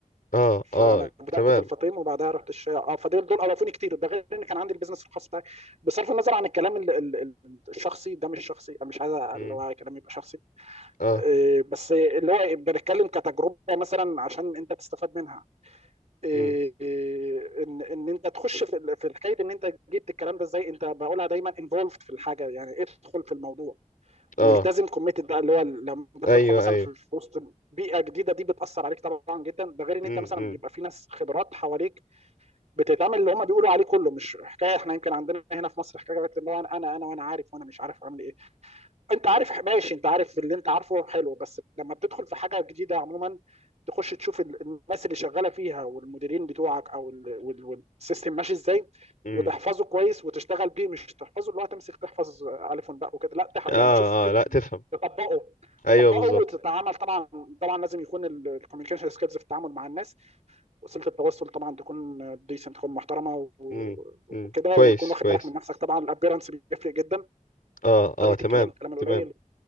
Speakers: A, on the left; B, on the right.
A: اه
B: فانا
A: اه
B: بدات
A: تمام
B: في الفاطم وبعدها رحت الشيا اه فدول دول اضافوني كتير ده غير ان كان عندي البيزنس الخاص بتاعي بصرف النظر عن الكلام ال- ال- ال- الشخصي ده مش شخصي أنا مش عايز اللي
A: امم
B: هو كلام يبقى شخصي
A: اه
B: إيه، بس اللي هو بنتكلم كتجربه مثلا عشان انت تستفاد منها إيه،
A: امم
B: إيه، ان ان انت تخش في ال- في حكايه ان انت جبت الكلام ده ازاي انت بقولها دايما انفولفد في الحاجه يعني ادخل في الموضوع والتزم
A: اه
B: كوميتد بقى اللي هو لما بتدخل
A: ايوه
B: مثلا
A: ايوه
B: في في وسط بيئه جديده دي بتاثر عليك طبعا جدا ده غير ان
A: امم
B: انت مثلا
A: امم
B: بيبقى في ناس خبرات حواليك بتتعمل اللي هم بيقولوا عليه كله مش حكايه احنا يمكن عندنا هنا في مصر حكايه اللي هو انا انا انا وانا عارف وانا مش عارف اعمل ايه انت عارف ماشي انت عارف اللي انت عارفه حلو بس لما بتدخل في حاجه جديده عموما تخش تشوف ال- الناس اللي شغاله فيها والمديرين بتوعك او ال- وال- والسيستم ماشي ازاي
A: امم
B: وتحفظه كويس وتشتغل بيه مش تحفظه اللي هو تمسك تحفظ الف ونباء وكده لا تح- يعني
A: اه
B: تشوف ال-
A: اه لا تفهم
B: تطبقه تطبقه
A: ايوه بالظبط
B: وتتعامل طبعا طبعا لازم يكون الكوميونيكيشن سكيلز في التعامل مع الناس وسيله التواصل طبعا تكون ديسنت تكون محترمه و-
A: امم
B: وكده
A: امم كويس
B: وتكون واخد
A: كويس
B: بالك من نفسك طبعا الابيرنس بيفرق جدا
A: اه اه
B: طريقه
A: تمام
B: الكلام الكلام القليل
A: تمام